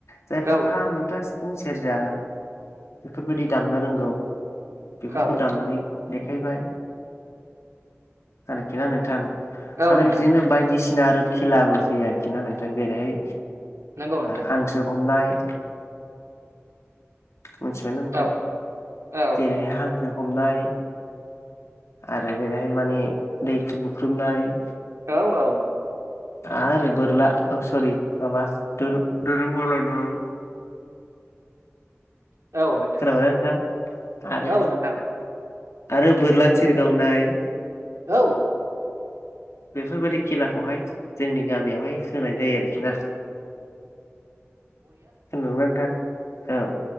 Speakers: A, on the left (about 75°); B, on the right (about 85°).
A: जायफ्रा
B: औ
A: खाम जथा सिफुं सेरजा बेफोरबायदि दामनो रोंगौ बेफोरखौ
B: औ
A: दामनानै देखायबाय आरोखि ना नोंथां
B: औ
A: आरो
B: नोंथां
A: बिदिनो बायदिसिना सिना आरो खेलाबो होयो आरोखि ना नोंथां जेरैहाय
B: नंगौ नोंथां
A: हांसो हमनाय मिथिबायना नोंथां
B: औ औ
A: जेरैहाय हां सो हमनाय आरो जेरैहाय माने दैहु बुख्रुबनाय
B: औ औ
A: आरो बोरला सरि माबा दु-दुरुं बोलायनाय
B: औ नोंथां
A: खोनाबायना नोंथां आरो
B: औ नोंथां
A: आरो बोरला थिर गावनाय
B: औ
A: बेफोरबायदि खेलाखौहाय जोंनि गामियावहाय होनाय जायो आरोखि ना <unintelligible> नोंथां औ